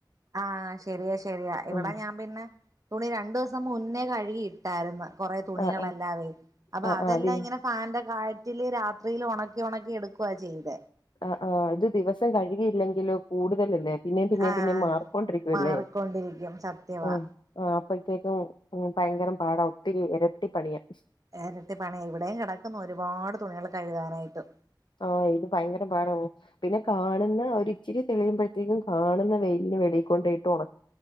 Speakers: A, on the right; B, on the left.
A: ആഹ് ശെരിയ ശരിയാ ഇവിടെ
B: ആഹ്
A: ഞാൻ പിന്നെ തുണി രണ്ടു ദിവസം മുന്നേ കഴുകി കട്ടായിരുന്നു കൊറേ തുണികളെല്ലാവേ
B: ആഹ് ആഹ്
A: അപ്പൊ
B: ആഹ്
A: അതെല്ലാം
B: ആഹ് അത്
A: ഇങ്ങനെ ഫാന്റെ കാറ്റില് രാത്രിയിൽ ഉണക്കി ഉണക്കി എടുക്കുക ചെയ്ത
B: ആഹ് ആഹ് ഇത് ദിവസം കഴുകിയില്ലെങ്കിലോ കൂടുതലല്ലേ പിന്നേം പിന്നേം
A: ആഹ്
B: പിന്നേം മാറിക്കോണ്ടിരിക്കുവല്ലേ
A: മാറിക്കൊണ്ടിരിക്കും സത്യവാ
B: ആ ആ അപ്പഴത്തേക്കും ഭയങ്കരം പാടാ ഒത്തിരി എരട്ടിപ്പണിയാ
A: എരട്ടി പണി ഇവിടെയും കെടക്കുന്നു ഒരുപാട് തുണികള് കഴുകാനായിട്ട്
B: ആ ഇത് ഭയങ്കര പാടാ ഓ പിന്നെ കാണുന്ന ഒരിച്ചിരി തെളിയുമ്പഴത്തേക്കും കാണുന്ന വെയിലിന് വെളി കൊണ്ടയിട്ട് ഒണ